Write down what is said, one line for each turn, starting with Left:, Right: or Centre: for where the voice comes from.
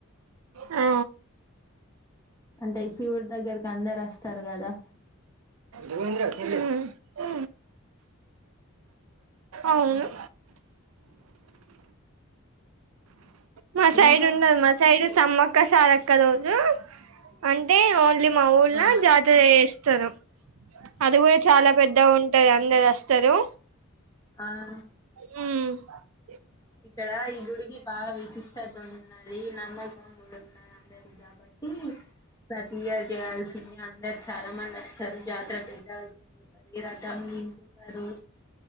Right: అ
Left: అంటే శివుడ్ దగ్గరకి అందరస్తార్ గదా
Right: ఉమ్ మ్ ఔను. మ సైడుండదు
Left: ఇంకా
Right: మ సైడ్ సమ్మక్క సారక్క రోజూ అంటే ఓన్లి మ ఊళ్లో
Left: ఆ
Right: జాతరజేస్తరు అది గుడ
Left: అవునాయి
Right: చాలా పెద్దగుంట్ టదందరొస్తరు.
Left: ఆ
Right: మ్
Left: ఇక్కడ ఈ గుడి కి బా విసిస్త విశిష్టటు ఉన్నది, నమ్మకం కూడా ఉన్నది అందరి కాబట్టి మ్ ప్రతి ఇయర్ చేయాల్సింది అందరు చాలా మంది వస్తారు జాతర పెద్ద జరుగుతాయి, రథం గుంజుతారు.